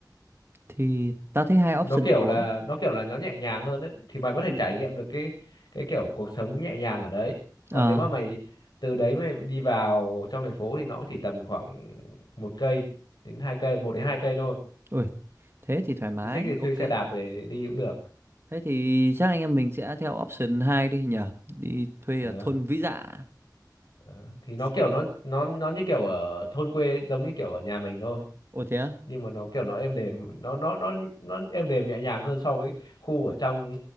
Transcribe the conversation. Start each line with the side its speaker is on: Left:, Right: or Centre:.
Right: thì tao thấy hai option
Left: nó kiểu
Right: đều ổn
Left: là nó kiểu là nó nhẹ nhàng hơn ấy. thì mày có thể
Right: ừ.
Left: trải nghiệm được cái cái kiểu cuộc sống nhẹ nhàng ở đấy còn
Right: à
Left: nếu mà mày từ đấy mày đi vào trong thành phố thì nó chỉ tầm khoảng một cây đến hai cây một đến hai cây thôi
Right: ui thế thì thoải mái
Left: thì thích thì thuê
Right: ok
Left: xe đạp để đi cũng được
Right: thế thì chắc anh em mình sẽ theo option 2 đi nhỉ đi thuê
Left: đó,
Right: ở thôn vĩ dạ
Left: đó. thì nó
Right: Sẽ-
Left: kiểu nó nó nó như kiểu ở thôn quê giống như kiểu ở nhà mình thôi
Right: ồ thế á
Left: nhưng mà nó kiểu nó êm đềm nó nó nó nó êm đềm nhẹ nhàng hơn so với khu ở trong